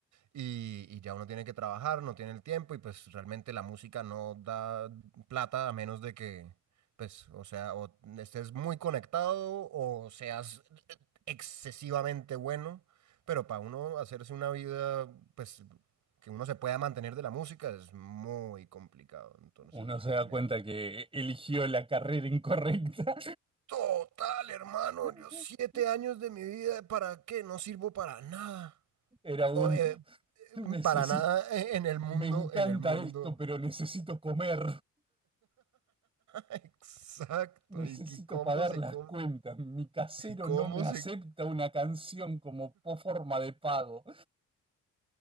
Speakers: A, on the right (about 75°); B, on the right (about 20°).
A: y, y ya uno tiene que trabajar, no tiene el tiempo y pues realmente la música no da plata a menos de que, pues, o sea, o estés muy conectado o seas excesivamente bueno, pero para uno hacerse una vida, pues, que uno se pueda mantener de la música es muy complicado, entonces
B: Uno se
A: realmente.
B: da cuenta que eligió la carrera incorrecta.
A: Total, hermano,
B: <laughs>
A: yo siete años de mi vida, ¿para qué? No sirvo para nada.
B: Era un
A: O, eh,
B: necesito,
A: para nada en el mundo,
B: me encanta
A: en el mundo.
B: esto, pero necesito comer,
A: Exacto,
B: necesito
A: y, y cómo
B: pagar
A: se
B: las
A: come,
B: cuentas. Mi casero
A: y cómo
B: no me acepta
A: se...
B: una canción como po- forma de pago.